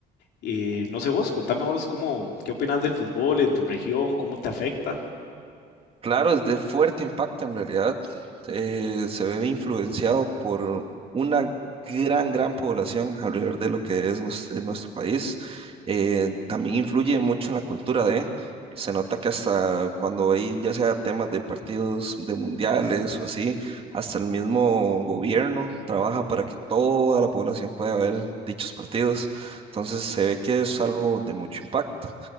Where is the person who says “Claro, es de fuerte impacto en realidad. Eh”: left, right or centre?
Right